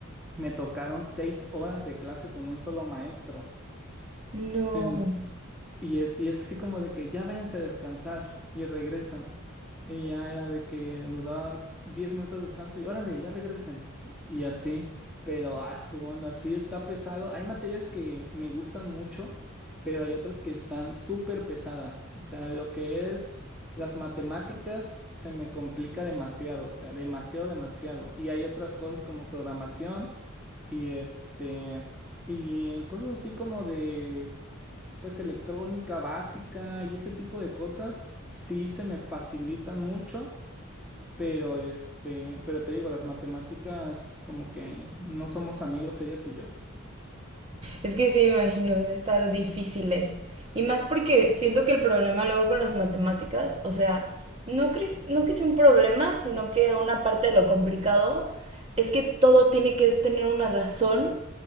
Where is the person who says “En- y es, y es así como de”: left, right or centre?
Centre